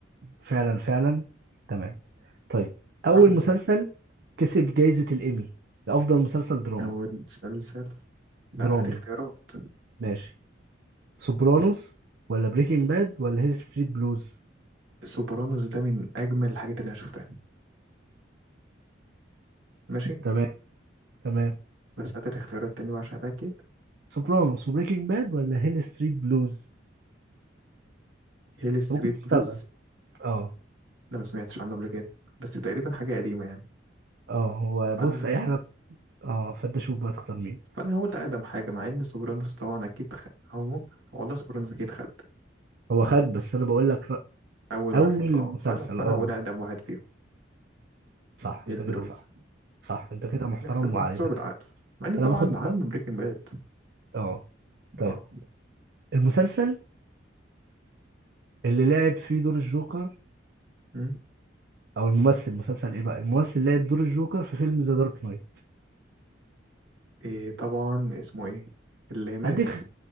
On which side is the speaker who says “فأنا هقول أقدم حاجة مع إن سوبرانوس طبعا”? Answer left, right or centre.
Right